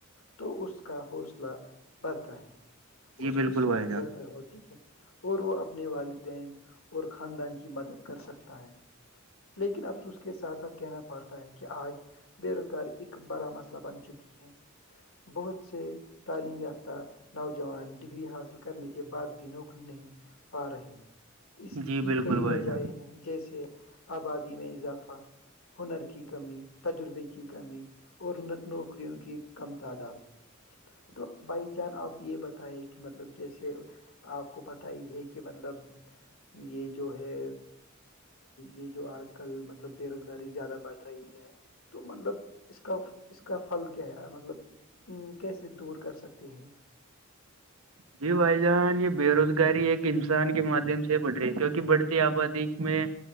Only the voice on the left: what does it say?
تو اس کا حوصلہ بڑھتا ہے
اس کی
سوچ
بہتر ہوتی یک اور وہ اپنے والدین اور خاندان کی مدد کر سکتا ہے لیکن افسو اس کے ساتھ ساتھ کہنا پڑتا ہے کہ آج بے روزگاری ایک بڑا مسئلہ بن چکی ہے بہت سے تعلیم یافتہ نوجوان ڈگری حاصل کرنے کے بعد بھی نوکری نہیں پا رہے اس
کی
کئی
وجہ
ہیں جیسے آبادی میں اضافہ ہنر کی کمی تجربے کی کمی اور نوکریوں کی کم تعداد تو بائی چان آپ یہ بت ہے کہ مطلب جیسے آپ کو پت ہی ہے کہ مطلب یہ جو ہے یہ جو آج کل م مطلب بے روزگاری زیادہ بڑھ رہی ہے تو مطلب اس کا اس کا پھل کیا ہے مطلب کیسے دور کر سکتے ہیں